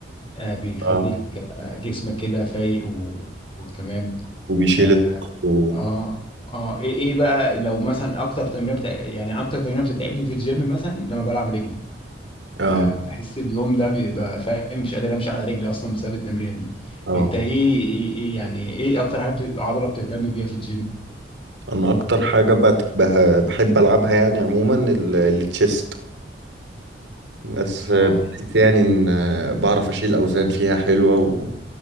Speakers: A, on the left; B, on the right.
A: آه، بيخليك
B: اه
A: آه، جسمك كده فايق و... وتمام
B: وبيشيل
A: اه
B: الضغط و...
A: اه آه، ايه ايه بقى لو مثلا اكتر تمرين بتاع... يعني اكتر تمرين بتتعبني في الجيم مثلا لما بلعب رجلي
B: اه
A: آه بحس اليوم ده بيبقى فاهم مش قادر امشي على رجلي اصلا بسبب التمرينه دي
B: اه
A: انت ايه ايه ايه يعني ايه اكتر حاجه بت... عضله بتهتم بيها في الجيم
B: انا اكتر حاجه بتبه... بحب العبها يعني عموما ال- التشيست بس بحس
A: اه
B: يعني ان بعرف اشيل اوزان فيها حلوه